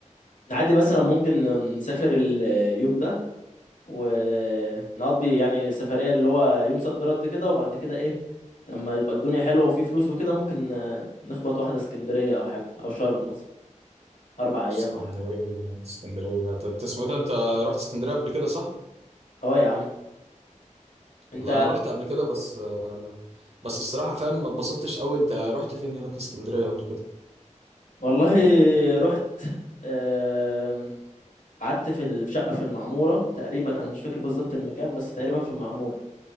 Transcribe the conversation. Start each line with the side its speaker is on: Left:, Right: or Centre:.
Left: عادي مثلا ممكن نسافر ال- اليوم ده ونقضي يعني السفرية اللي هو يوم صد رد كده وبعد كده ايه لما يبقى الدنيا حلوة وفي فلوس وكده ممكن آه، نخبط واحدة اسكندرية او حاجة او شرم مثلا اربع ايام
Right: اسكندرية
Left: او حاجة
Right: اسكندرية انت أنت اسمه ايه ده انت رحت اسكندرية قبل كده صح؟
Left: اه يا عم انت
Right: والله انا رحت قبل كده بس آه، بس الصراحة فاهم ما اتبسطتش قوي انت رحت فين هناك في اسكندرية قبل كده؟
Left: والله رحت آم، قعدت في ال- في شقة في المعمورة تقريبا انا مش فاكر بالظبط المكان بس تقريبا في المعمورة